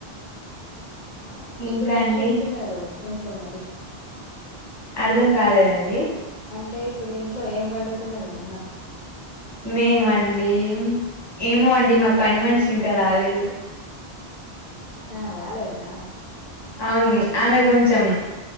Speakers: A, on the left; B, on the left.
A: ఆ
B: ఇంకా
A: ఇప్పుడు ఏం
B: అండి
A: చేస్తున్నారు ఇంట్లో మరి
B: అర్ధం కాలేదండి
A: అంటే ఇప్పుడు ఇంట్లో ఏం వండుతున్నారు అన్నాం
B: మేమండి ఏమో అండి మా పని మనిషి ఇంకా రాలేదు
A: ఆ రాలేదా?
B: అవును ఆమె కొంచం